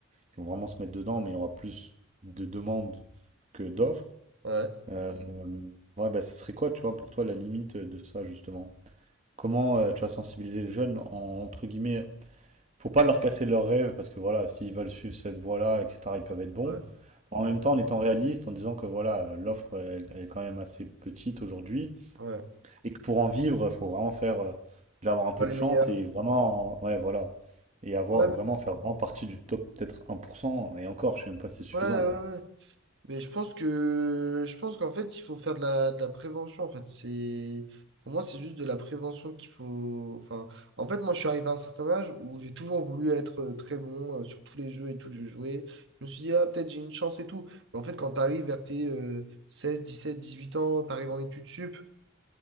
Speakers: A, on the right (about 35°); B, on the right (about 60°).
A: ils vont vraiment se mettre dedans, mais il y aura plus de demandes que d'offres.
B: ouais,
A: Euh, euh, ouais, bah, ce serait quoi, tu vois, pour toi, la limite de ça, justement? Comment euh, tu vas sensibiliser les jeunes en- entre guillemets, faut pas leur casser leurs rêves parce que voilà, s'ils veulent suivre cette voie-là, etc., ils peuvent être bons.
B: ouais,
A: En
B: ouais,
A: même temps, en étant réaliste, en disant que voilà, euh, l'offre elle- elle est quand même assez petite aujourd'hui
B: ouais.
A: et que pour en vivre, il faut vraiment faire euh, déjà avoir un peu
B: Pas les
A: de chance
B: meilleurs.
A: et vraiment, ouais, voilà, et avoir
B: Ouais,
A: vraiment faire vraiment partie du top, peut-être un pour cent Et encore, je sais même pas si c'est suffisant
B: ouais, ouais.
A: quoi.
B: ouais. Mais je pense que je pense qu'en fait, il faut faire de la, de la prévention. En fait, c'est pour moi, c'est juste de la prévention qu'il faut. Enfin, en fait, moi, je suis arrivé à un certain âge où j'ai toujours voulu être euh, très bon euh, sur tous les jeux et tout que je jouais. Je me suis dit, ah, peut-être j'ai une chance et tout. Mais en fait, quand tu arrives vers tes euh, 16, 17, 18 ans, tu arrives en études sup,